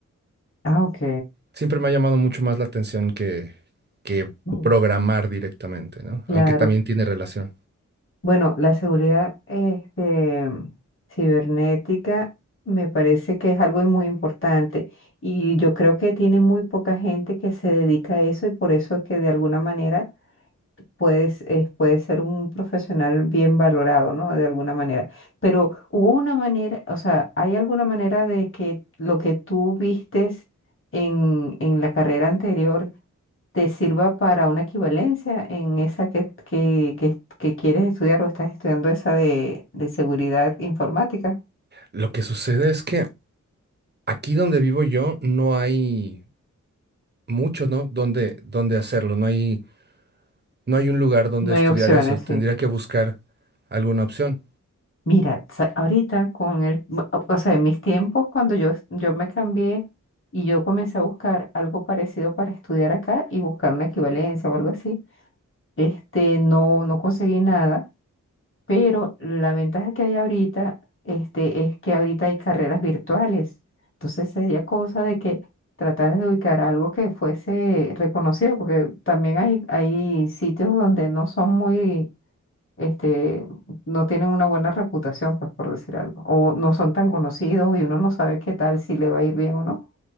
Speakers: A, on the left; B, on the right.
A: Ah, ok.
B: Siempre me ha llamado mucho más la atención que, que
A: Mm,
B: programar directamente, ¿no? Aunque
A: Claro.
B: también tiene relación.
A: Bueno, la seguridad este, cibernética me parece que es algo muy importante y yo creo que tiene muy poca gente que se dedica a eso y por eso es que de alguna manera puedes, eh, puedes ser un profesional bien valorado, ¿no? De alguna manera. Pero hubo una manera, o sea, ¿hay alguna manera de que lo que tú vistes en, en la carrera anterior te sirva para una equivalencia en esa que, que, que, que quieres estudiar o estás estudiando esa de, de seguridad informática?
B: Lo que sucede es que aquí donde vivo yo no hay mucho, ¿no? Donde, donde hacerlo. No hay, no hay un lugar donde
A: No
B: estudiar
A: hay opciones,
B: eso. Tendría
A: sí.
B: que buscar alguna opción.
A: Mira, sa- ahorita con el, bu- o o sea, en mis tiempos cuando yo, yo me cambié y yo comencé a buscar algo parecido para estudiar acá y buscar una equivalencia o algo así, este, no, no conseguí nada, pero la ventaja que hay ahorita, este, es que ahorita hay carreras virtuales. Entonces sería cosa de que tratar de ubicar algo que fuese reconocido, porque también hay, hay sitios donde no son muy este, no tienen una buena reputación, pues por decir algo, o no son tan conocidos y uno no sabe qué tal, si le va a ir bien o no.